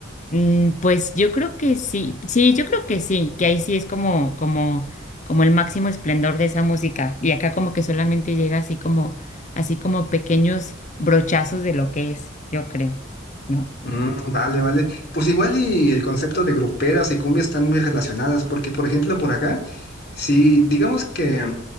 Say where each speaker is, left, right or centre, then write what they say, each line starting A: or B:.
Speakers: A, on the left (about 35°); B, on the left (about 55°).
A: Mm, Pues yo creo que sí, sí, yo creo que sí, que ahí sí es como, como, como el máximo esplendor de esa música. Y acá como que solamente llega así como, así como pequeños brochazos de lo que es, yo creo, ¿no?
B: Mm, vale, vale. Pues igual y el concepto de gruperas y cumbia están muy relacionadas, porque por ejemplo por acá, si digamos que